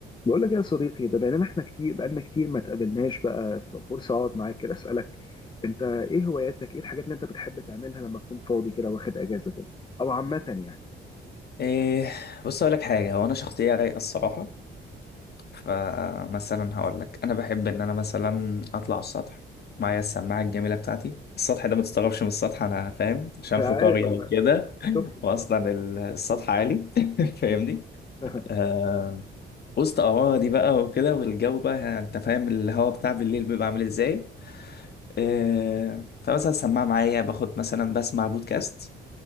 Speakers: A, on the left (about 25°); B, on the left (about 55°).
A: بقول لك إيه يا صديقي ده بقينا احنا كتير بقالنا كتير ما اتقابلناش بقى ففرصة اقعد معاك كده اسألك انت ايه هواياتك ايه الحاجات اللي انت بتحب تعملها لما تكون فاضي كده واخد اجازة كده او عامة يعني
B: إيه بص اقول لك حاجه هو انا شخصيه رايقه الصراحه فمثلا هقول لك انا بحب ان انا مثلا اطلع السطح معايا السماعه الجميله بتاعتي السطح ده ما تستغربش من السطح انا فاهم عشان
A: <laughs> أنا
B: في
A: عارف
B: قريه
A: انا
B: وكده
A: شفت
B: واصلا ال- السطح عالي <laughs> فاهمني
A: <laughs>
B: آه وسط اراضي بقى وكده والجو بقى ها- انت فاهم الهواء بتاع بالليل بيبقى عامل ازاي آه فمثلا السماعه معايا باخد مثلا بسمع بودكاست